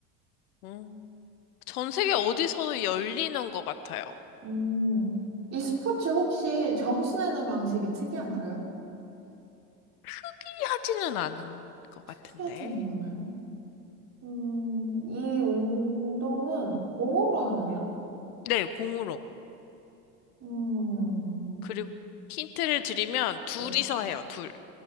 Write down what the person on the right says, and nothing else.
음, 이 스포츠 혹시 점수 내는 방식이 특이한가요?
특이하지는
않아요. 음, 이 운동은 공으로 하나요?
음,
네.